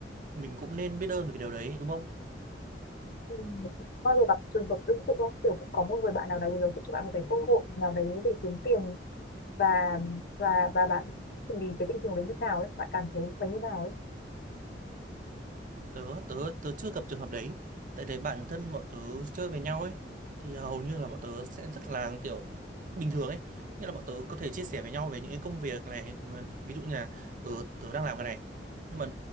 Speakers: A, on the right; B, on the left.
A: mình cũng nên biết ơn về cái điều đấy đúng không
B: Ừ. Bao giờ gặp trường hợp tương tự không? Kiểu cũng có một người bạn nào đấy rồi sẽ cho bạn một cái cơ hội nào đấy để kiếm tiền và và và bạn xử lý cái tình huống đấy như nào ấy bạn cảm thấy phải như nào ấy
A: tớ tớ tớ chưa gặp trường hợp đấy tại để bản thân bọn tớ chơi với nhau ấy thì à, hầu như là bọn tớ sẽ rất là kiểu bình thường ấy nghĩa là bọn tớ có thể chia sẻ với nhau về những cái công việc này nhưng mà ví dụ như là ừ, tớ đang làm cái này nhưng mà